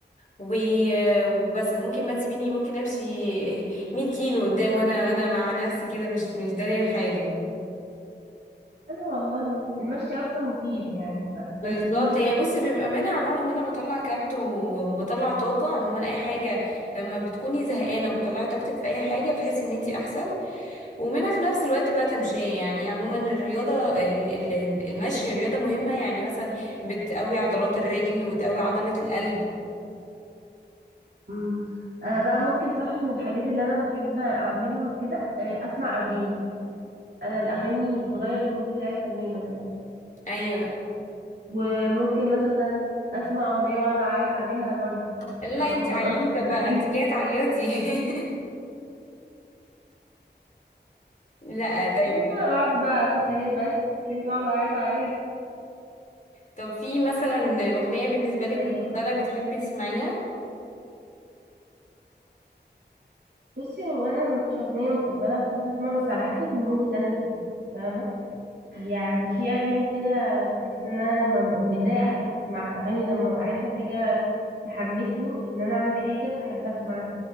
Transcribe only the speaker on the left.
و... وبس ممكن بقى تسيبيني ممكن امشي <laughs> 100 كيلو قدام وانا وانا مع نفسي كده مش مش دارية حاجة
بالظبط
هي بصي بيبقى منها عموما ان انا بطلع كبت و- وبطلع طاقه عموما اي حاجه لما بتكوني زهقانه وبتطلعي طاقتك في اي حاجه بتحسي ان انتي احسن ومنها في نفس الوقت بقى تمشية يعني عموما الرياضة ال- ال- المشي رياضة مهمة يعني مثلا بتقوي عضلات الرجل وتقوي عضلة القلب
ايوه
لا
انت عيوطة
بقى انت
جاية تعيطي <laughs> لا طيب
طب في مثلا اغنية بالنسبة لك
مفضلة بتحبي تسمعيها